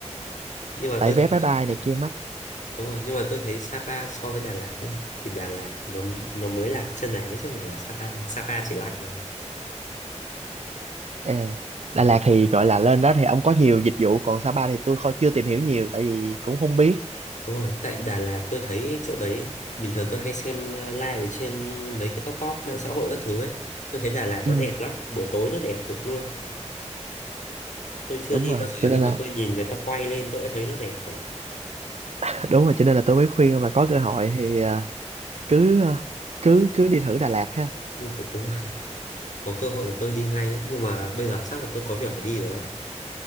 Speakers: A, on the left; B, on the right.
A: nhưng mà
B: tại
A: tôi
B: vé
A: thấy
B: máy bay này kia mắc
A: đúng rồi nhưng mà tôi thấy Sapa so với Đà Lạt nhé thì Đà Lạt nó nó mới là chân ái chứ không phải là Sapa Sapa chỉ lạnh rồi
B: à, Đà
A: đấy
B: Lạt thì gọi là lên đó thì ông có nhiều dịch vụ còn Sa Pa thì tôi không chưa tìm hiểu nhiều tại vì cũng không biết
A: đúng rồi tại Đà Lạt tôi thấy chỗ đấy ấy, bình thường tôi hay xem à, live trên mấy cái top top mạng xã hội các thứ ấy tôi thấy Đà Lạt
B: ừ,
A: nó đẹp lắm buổi tối nó đẹp cực luôn Tôi chưa
B: đúng
A: đi
B: rồi
A: bao giờ
B: cho nên
A: nhưng
B: là
A: mà tôi nhìn người ta quay lên tôi đã thấy nó đẹp rồi.
B: <laughs> đúng rồi cho nên là tôi mới khuyên ông là có cơ hội thì à, cứ à, cứ cứ đi thử Đà Lạt ha
A: Như thực đúng không? <laughs> Có cơ hội là tôi đi ngay đấy. Nhưng mà bây giờ chắc là tôi có việc phải đi rồi bạn ạ.